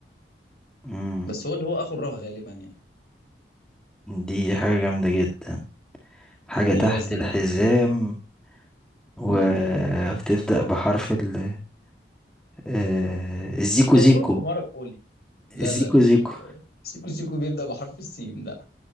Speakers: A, in the centre; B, on the left.
A: مم.
B: بس هو اللي هو اخو الراء غالبا يعني
A: دي حاجة جامدة جدا حاجة
B: اللي
A: تحت
B: هو الزين
A: الحزام وبتبدأ
B: مم.
A: بحرف ال آه، الزيكو زيكو
B: لو غلب حمارك قول لي لا
A: الزيكو
B: لا لا
A: زيكو
B: يا باشا سيكو سيكو بيبدأ بحرف السين لا